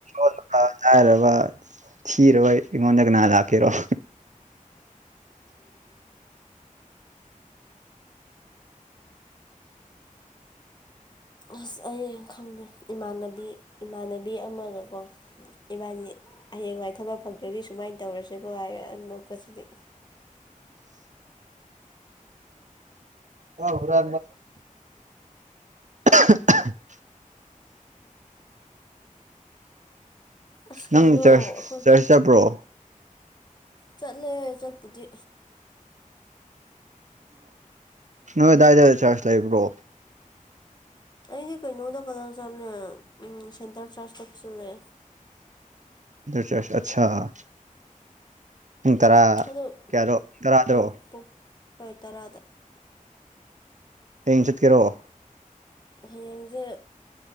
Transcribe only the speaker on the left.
ꯑꯁ ꯑꯩ ꯈꯪꯅꯦ ꯏꯃꯥꯟꯅꯕꯤ ꯏꯃꯥꯟꯅꯕꯤ ꯑꯃꯒꯀꯣ ꯏꯕꯥꯅꯤ ꯍꯌꯦꯡꯋꯥꯏ ꯊꯕꯛ ꯐꯪꯗꯒꯤ ꯁꯨꯃꯥꯏꯅ ꯇꯧꯔꯁꯦꯀꯣ ꯍꯥꯏꯔꯦ ꯅꯣꯛꯄꯁꯤꯗꯤ
ꯑꯁ
ꯀꯩꯅꯣ
ꯑꯩꯈꯣꯏ
ꯆꯠꯂꯦ ꯆꯠꯄꯗꯤ
ꯑꯩꯗꯤ ꯀꯩꯅꯣꯗ ꯈꯛꯇꯪ ꯆꯠꯂꯦ ꯎ ꯁꯦꯟꯇꯔ ꯆꯔꯖꯇ ꯆꯠꯂꯦ
ꯑꯗꯣ
ꯍꯣꯏ ꯄꯨꯡ ꯍꯣꯏ ꯇꯔꯥꯗ
ꯍꯌꯦꯡꯁꯦ